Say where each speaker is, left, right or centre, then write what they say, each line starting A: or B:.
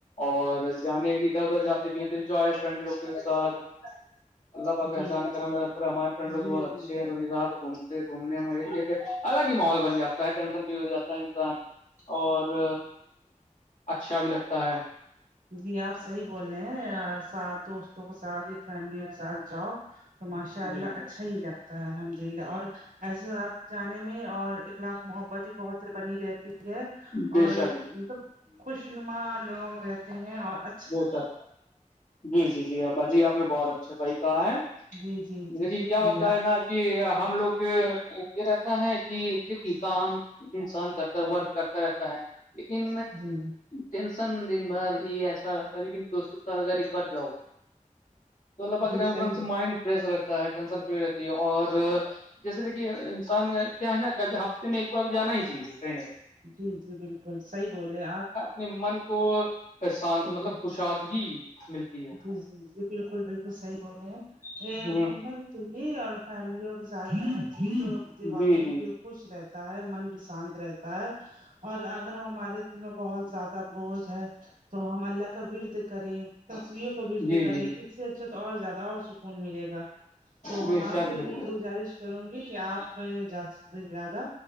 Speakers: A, on the left (about 65°); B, on the right (about 85°).
A: اور جانے ادھر ادھر جاتے بھی ہیں تو انجوائے فرینڈ لوگوں کے ساتھ اللہ باکچان
B: جی جی
A: کر ہمارے
B: جی
A: فریڈ لو بھی بہت
B: جی
A: اچھے ہیں گھومتے گھومنے میں الگ ہی ماحول بن جاتا ہے ٹینشن فری ہو جاتا ہے انسان اور اچھا بھی لگتا ہے
B: جی آپ صحیح بول رہے ہیں ساتھ دوستوں کے ساتھ یا فیملی کے ساتھ جاؤ تو ماشاء اللہ
A: جی جی
B: اچھا ہی لگتا ہے الحمد للہ اور ایسے آات جانے میں اور ایک اخلاق محبت ہی بہت بنی رہتی ہے
A: بے
B: اور
A: شک
B: مطلب خوش نما لوگ رہتے ہیں اور اا
A: وہ سر جی جی جی آبا جی آپ نے بہت اچھا صحیح کہا ہے
B: جی جی جی
A: دیکھیےکیا
B: شکریہ
A: ہوتا ہے نا کہ ہم لوگ یہ رہتا ہے کہ د کام انسان کرتا ہے ورک کرتا رہتا ہے لیکن
B: جی جی
A: ٹینشن دن بھر ہی ایسا رہتا ہے لیکن دوستوں اگر بار جاؤ تو ل با
B: جی
A: کر
B: صحیح
A: ہم سے مائنڈ فریش رکھ ٹینشن فری رہتی ہے اور جیسے دیکھیے انسان کیا ہے نا کہبھی ہ میں ایک بار جانا ہی چاہیے کہیں ن نہ کہیں
B: جی جی بالکل صحیح بولے آپ
A: نمن کو شان مطلب
B: جی
A: کشادگی ملتی ہے
B: جی جی جی بالکل بالکل صحیح بولے ہیں یہ
A: ہ
B: گھومنے تو یہ اور فیملیوں کے ساتھ جانا چاہیے تو د
A: جی
B: واقعی
A: جی
B: بالکل خوش رہتا ہے من بھی شانت رہتا ہے اور اگر ہمارے دل میں بہت زیادہ بوجھ تو ہم اللہ کا رد کریں تصووں کو رد
A: جی
B: کریں
A: جی
B: اس سے اچھا تو اور زیادہ اور سکون ملے گا تو
A: بے
B: ہم آپ
A: شک
B: سے بھی
A: بالکل
B: گزارش کروں گی کہ آپ سے زیادہ